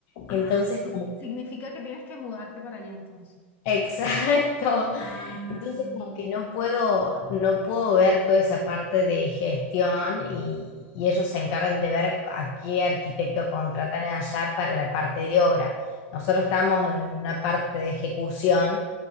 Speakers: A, on the left; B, on the left.
A: Ah,
B: Entonces,
A: sí,
B: como
A: significa que tienes que mudarte para allá entonces.
B: Exacto.
A: Ah,
B: Entonces
A: mm,
B: como que no puedo, no puedo ver toda esa parte de gestión y, y ellos se encargan de ver a qué arquitecto contratan allá para la parte de obra. Nosotros
A: ok.
B: estamos en una parte de ejecución,